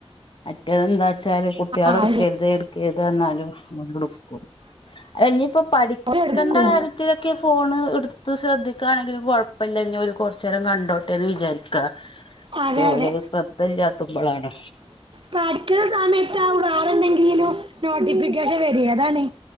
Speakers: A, on the left; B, on the right.
A: മറ്റെതെന്താച്ചാല് കുട്ട്യാള്
B: ആര്
A: ട്ക്കെര്ത് ഇട്ക്കെര് ന്ത് പർഞ്ഞാലും ഓല്ട്ക്കും അല്ല ഇഞ്ഞിപ്പം പഠിക്കണ്ട
B: എടുക്കും
A: കാര്യ ത്തിലെക്കെ ഈ ഫോണ് ഇട്ത്ത് ശ്രദ്ധിക്കാണെങ്കിലും കാെഴപ്പല്ല ഇഞ്ഞ് ഓല് കൊർച്ചേരം കണ്ടോട്ടെന്ന് വിചാരിക്കാ
B: അതെ
A: ഓല്
B: അതെ
A: ശ്രെദ്ധയില്ലാത്തപ്പളാണ്
B: പഠിക്ക്ണ സമയത്താവും വാറെന്തെങ്കിലും നോട്ടിഫിക്കേഷൻ വര്യേ അതാണ്